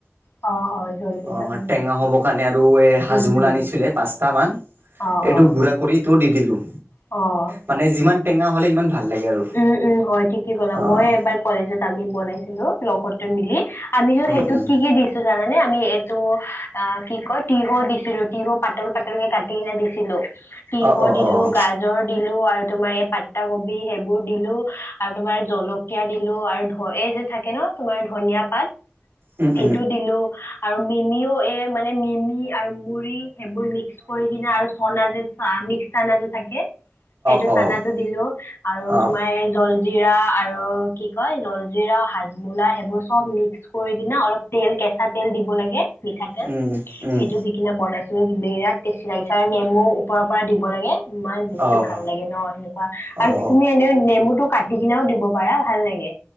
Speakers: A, on the left; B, on the right.
A: অ অ জলজিৰা
B: অ
A: উম
B: টেঙা হ'ব কাৰণে আৰু এই হাজমোলা
A: উম উম
B: আনিছিলে পাঁচটা মান-
A: অ',
B: এইটো
A: অ',
B: গুড়া কৰি টো দি দিলোঁ
A: অ',
B: মানে যিমান টেঙা হলে ইমান- ভাল লাগে আৰু
A: উম উম হয় ঠিকেই ক'লা
B: অঁ
A: মই এবাৰ কলেজত আমি বনাইছিলোঁ লগতে মিলি। আমি
B: উম
A: সেইটোত
B: উম
A: কি কি দিছোঁ জানানে আমি এইটো অ কি কয় তিয়হ দিছিলো তিয়হ -। পাতল পাতলক কাটিনে দিছিলো তিয়হ
B: অঁ অঁ
A: দিলোঁ
B: অঁ অঁ
A: গাজৰ দিলোঁ -। আৰু তোমাৰ এই পাতা কবি সেইবোৰ-। বোৰ দিলোঁ আৰু তোমাৰ জলকীয়া দিলোঁ আৰু ধ এই যে থাকে ন তোমাৰ ধনিয়া পাত-
B: উম
A: সেইটো দিলো আৰু মিমিও এই মানে মিমি আৰু মুৰি- সেইবোৰ মিক্স কৰি কিনে আৰু চনা যে চ মিক্স চানা যে থাকে- সেইটো
B: উম উম
A: চানাটো
B: অঁ অঁ
A: দিলো আৰু
B: অঁ অঁ
A: তোমাৰ- লিৰা আৰু কি কয় ললজিৰা হাজমোলা সেইবোৰ চব মিক্স কৰি কি অলপ- তেল কেঁচা তেল দিব লাগে মিঠাতেল
B: উম উম
A: সেইটো দি কিনে বনাই- বিৰাট টেষ্টি লাগিছে আৰু নেমু ওপৰৰ পৰা দিব লাগে। ইমান বেছি
B: অঁ
A: ভাল লাগে ন সেনেকুৱা আৰু
B: অঁ
A: তুমি এনে নেমুটো- কাটি কিনেও দিব পাৰা ভাল লাগে,